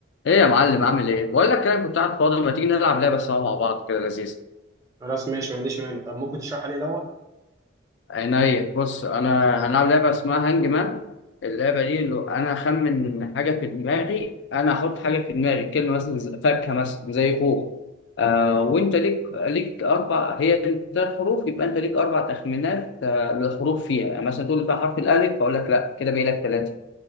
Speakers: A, on the left; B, on the right.
A: ايه يا معلم عامل ايه؟ بقول لك كده كنت قاعد فاضي ما تيجي نلعب لعبه سوا مع بعض كده لذيذه
B: خلاص ماشي ما عنديش مانع طب ممكن تشرحها لي الاول
A: عينيا بص انا هنلعب لعبه اسمها هانج مان اللعبه دي لو انا اخمن حاجه في دماغي انا احط حاجه في دماغي كلمه مثلا زي- فاكهه مثلا زي خوخ آه
B: تمام
A: وانت ليك ليك اربع هي ثلاث حروف يبقى انت ليك اربع تخمينات آه للحروف فيها يعني مثلا تقول لي فيها حرف الالف هقول لك لا كده باقي لك ثلاثه